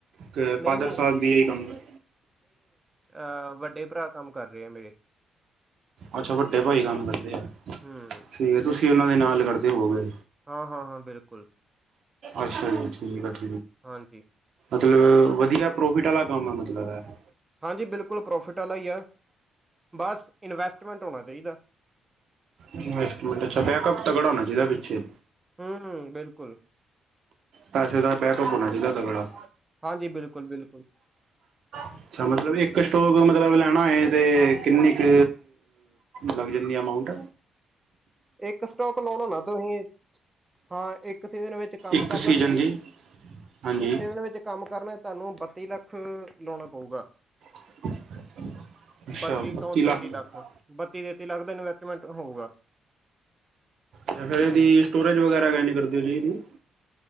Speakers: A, on the right (about 65°); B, on the right (about 15°).
A: ਕਿ
B: ਨਹੀਂ
A: ਫਾਦਰ ਸਾਹਿਬ ਵੀ ਇਹੀ ਕੰਮ ਕਰ
B: ਅਹ ਵੱਡੇ ਭਰਾ ਕੰਮ ਕਰ ਰਹੇ ਆ ਮੇਰੇ
A: ਅੱਛਾ ਵੱਡੇ ਭਾਈ ਕੰਮ ਕਰਦੇ ਆ ਠੀਕ
B: ਹੂੰ,
A: ਹੈ ਤੁਸੀਂ ਉਹਨਾਂ ਦੇ ਨਾਲ ਕਰਦੇ ਹੋਵੋਗੇ
B: ਹਾਂ ਹਾਂ ਹਾਂ ਬਿਲਕੁਲ
A: ਅੱਛਾ ਜੀ ਠੀਕ ਆ ਠੀ
B: ਹਾਂਜੀ।।
A: ਮਤਲਬ ਵਧੀਆ ਪ੍ਰੋਫਿਟ ਵਾਲਾ ਕੰਮ ਇਹ ਮਤਲਬ ਇਹ।
B: ਹਾਂਜੀ ਬਿਲਕੁਲ ਪ੍ਰੋਫਿਟ ਵਾਲਾ‌ ਈ ਐ। ਬਸ ਇਨਵੈਸਟਮੈਂਟ ਹੋਣਾ ਚਾਹੀਦਾ।
A: ਇਨਵੈਸਟਮੈਂਟ ਅੱਛਾ ਬੈਕਅਪ ਤਾਂ ਤਗੜਾ ਹੋਣਾ ਚਾਹੀਦਾ ਪਿੱਛੇ
B: ਹੂੰ, ਬਿਲਕੁਲ,
A: ਪੈਸੇ ਦਾ ਬੈਕਅਪ ਹੋਣਾ ਚਾਹੀਦਾ ਤਗੜਾ
B: ਹਾਂਜੀ, ਬਿਲਕੁਲ, ਬਿਲਕੁਲ,
A: ਅੱਛਾ ਮਤਲਬ ਇੱਕ ਸਟੋਕ ਮਤਲਬ ਮਲਬ ਲੈਣਾ ਹੋਏ ਅਤੇ ਕਿੰਨੀ ਕੁ ਲੱਗ ਜਾਂਦੀ ਅਮਾਊਂਂਟ
B: ਇੱਕ ਸਟੋਕ ਲਾਉਣਾ ਨਾ ਤੁਸੀਂ ਹਾਂ ਇੱਕ ਸੀਜ਼ਨ ਵਿੱਚ ਕੰਮ
A: ਇੱਕ
B: ਕਰਨਾ
A: ਸੀਜ਼ਨ
B: ਤੇ
A: ਦੀ ਹਾਂਜੀ
B: ਇੱਕੇ ਦਿਨ ਵਿੱਚ ਕੰਮ ਕਰਨਾ ਤੁਹਾਨੂੰ ਬੱਤੀ ਲੱਖ ਲਾਉਣਾ ਪਊਗਾ
A: <inaudible> ਅੱਛਾ
B: ਬੱਤੀ
A: ਪੱਚੀ
B: ਤੋਂ ਤੇਤੀ
A: ਤੇ
B: ਲੱਖ ਬੱਤੀ ਤੇਤੀ ਲੱਖ ਦਾ ਇਨਵੈਸਟਮੈਂਟ ਹੋਊਗਾ।
A: ਤੇ ਫੇਰ ਇਹਦੀ
B: ਹੂੰ,
A: ਸਟੋਰੇਜ ਵਗੈਰਾ ਕੈੰਜ ਕਰਦੀ ਹੋ ਜੀ?